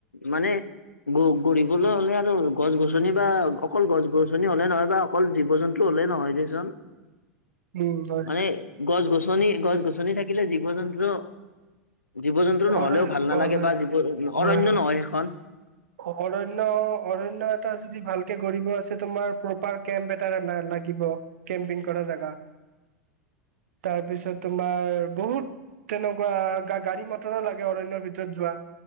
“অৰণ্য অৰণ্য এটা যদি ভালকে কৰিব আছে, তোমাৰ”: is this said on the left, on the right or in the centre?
Right